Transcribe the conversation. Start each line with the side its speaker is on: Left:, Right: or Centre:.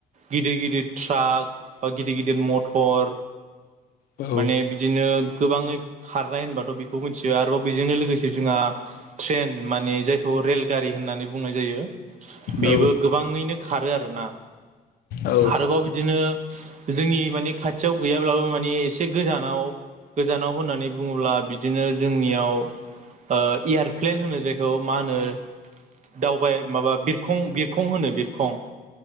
Right: गिदिर गिदिर ट्राक बा गिदिर गिदिर मथर
Left: औ
Right: माने बिदिनो गोबाङै खारनाय होनबाथ' बिखौ मिथियो आरोबाव बेजोंनो लोगोसे जोंहा ट्रेन माने जायखौ रेल गारि होननानै बुंनाय जायो बेबो
Left: औ
Right: गोबाङैनो खारो आरोना
Left: औ
Right: आरोबाव बिदिनो जोंनि माने खाथियाव गैयाब्लाबो माने एसे गोजानाव गोजानाव होननानै बुंङोब्ला बिदिनो जोंनियाव ओ एयारप्लेन होनो जायखौ मा होनो दावबाय माबा बिरखं-बिरखं होनो बिरखं‌